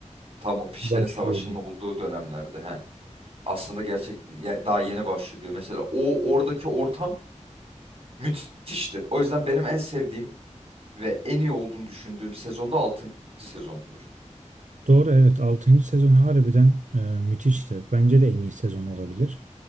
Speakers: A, on the right (about 50°); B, on the right (about 80°).
A: Tam o Pişlerin
B: Başlıyor
A: Savaşı'nın
B: diye.
A: olduğu dönemlerde. He. Aslında gerçek ya- daha yeni başlıyor. Mesela o oradaki ortam Müthiştir. O yüzden benim en sevdiğim ve en iyi olduğunu düşündüğüm sezon da altıncı sezondur.
B: Doğru evet. altıncı sezon harbiden e, müthişti. Bence de en iyi sezon olabilir.